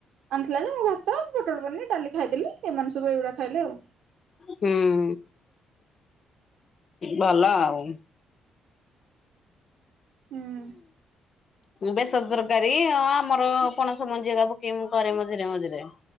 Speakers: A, on the right; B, on the left.
A: ଆଣିଥିଲା ଯେ ମୁଁ ଭାତ ବଟର ପନିର ଡାଲି ଖାଇଦେଲି ଏମାନେ ସବୁ ଏଇଗୁଡା ଖାଇଲେ ଆଉ
B: ହୁଁ ଭଲ ଆଉ
A: ହୁଁ
B: ବେସ ତରକାରୀ ଆ ଆମର ପଣସ ମଞ୍ଜିିକା ପକେଇ ମୁ କରେ ମଝିରେ ମଝିରେ